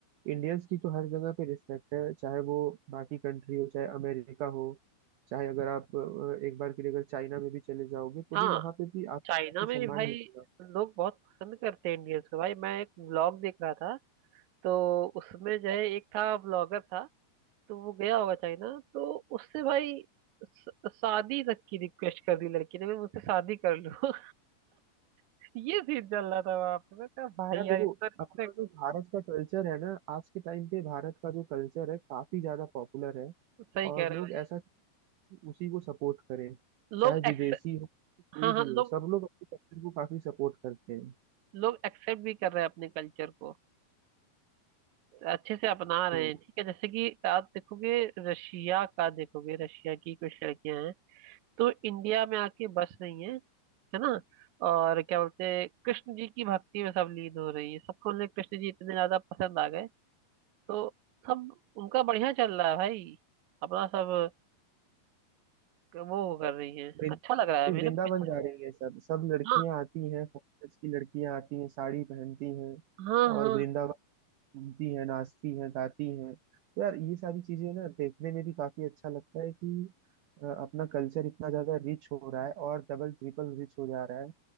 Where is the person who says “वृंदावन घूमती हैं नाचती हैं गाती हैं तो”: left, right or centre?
Right